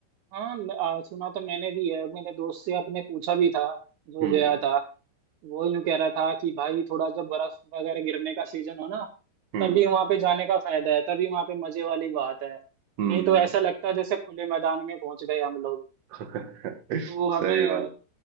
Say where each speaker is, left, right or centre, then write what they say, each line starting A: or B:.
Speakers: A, on the right (about 75°); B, on the right (about 55°).
A: हाँ मैं- आ, सुना तो मैंने भी है मैंने दोस्त से अपने पूछा भी था जो
B: हम्म
A: गया था वो यूं कह रहा था कि भाई थोड़ा जब बर्फ वगैरह गिरने का सीजन हो ना
B: हम्म
A: तभी वहां पे जाने का फायदा है तभी वहां पे मजे वाली बात है
B: हम्म
A: नहीं तो ऐसा लगता है जैसे खुले मैदान में पहुंच गए हम लोग
B: <laughs> सही
A: तो हमें
B: बात